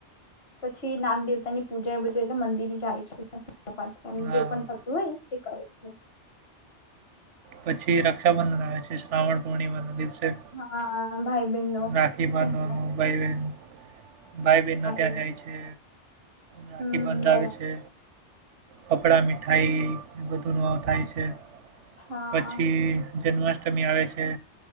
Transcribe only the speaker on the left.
પછી નાગદેવતાની પૂજાએ બાજુ એટલે મંદિર એ જાય છે આજે
પણ થતું હોય તે કરે છે
હા ભાઈ બહેનોનો
<unintelligible>
એ
હમ
બરાબર
હા